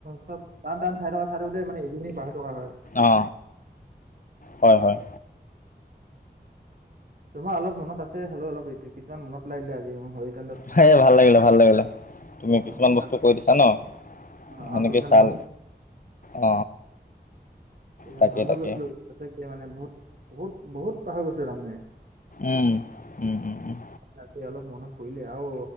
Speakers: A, on the right; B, on the left.
A: চব টান টান চাই থা চাই থাকোতে মানে এদিননে পাহৰি থকা হয়।
B: অ হয় হয়
A: তোমাৰ অলপ মনত আছে হলে অলপ কিছুমান মনত পেলাই দিলে আজি মই
B: হ ভাল লাগিলে ভাল লাগিলে তুমি
A: অ',
B: কিছুমান বস্তু
A: আগ-
B: কৈ দিছা ন
A: অ',
B: সেনেকে
A: আৰু কিছুমান
B: ছাল
A: মই
B: অ
A: কেইজন
B: তাকে
A: পাহৰি
B: তাকে
A: গৈছিলো সচাকে মানে বহুত বহুত বহুত পাহৰি গৈছিলো তাৰমানে
B: উম উম উম উম
A: আজি অলপ মনত পৰিলে আৰু